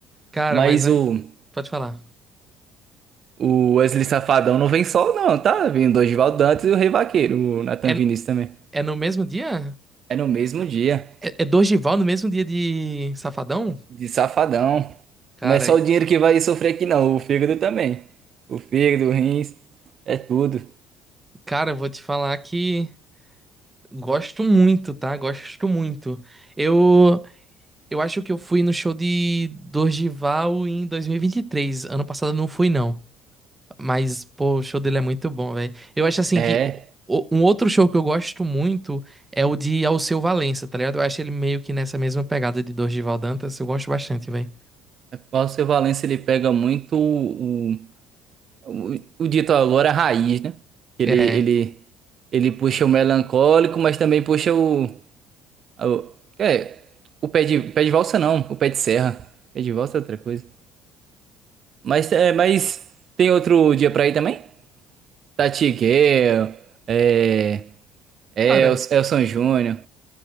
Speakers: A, on the right; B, on the right.
A: Cara,
B: Mas
A: mas é.
B: o,
A: Pode falar.
B: o Wesley Safadão não vem só, não, tá? Vem o Dorival Dantas e o Rei Vaqueiro, o Nathan
A: É,
B: Vinícius também.
A: é no mesmo dia?
B: É no mesmo dia,
A: É, é Dorgival no mesmo dia de Safadão?
B: de Safadão.
A: Cara,
B: Não é só o dinheiro que vai sofrer aqui, não, o fígado também. O fígado, o rins, é tudo.
A: cara, eu vou te falar que gosto muito, tá? Gosto muito. Eu. Eu acho que eu fui no show de Dorgival em dois mil e e vinte e três. Ano passado eu não fui, não. Mas, pô, o show dele é muito bom, velho. Eu acho assim
B: É,
A: que o- um outro show que eu gosto muito é o de Alceu Valença, tá ligado? Eu acho ele meio que nessa mesma pegada de Dorgival Dantas. Eu gosto bastante, velho.
B: o Paulo Silva Valença ele pega muito o, O, o dito agora é raiz, né? Ele,
A: É.
B: ele, ele puxa o melancólico, mas também puxa o, o- é, o pé de, pé de valsa não, o pé de serra. Pé de valsa é outra coisa. Mas, é, mas tem outro dia pra ir também? Tati Guerra, é, El-
A: Cara,
B: Elson Júnior.